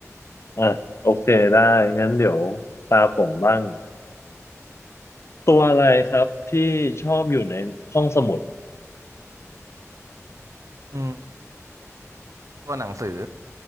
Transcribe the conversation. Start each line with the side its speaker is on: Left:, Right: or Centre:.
Left: อ่ะโอเคได้งั้นเดี๋ยวตาผมบ้าง ตัวอะไรครับที่ชอบอยู่ในห้องสมุด
Right: อืม ตัวหนังสือ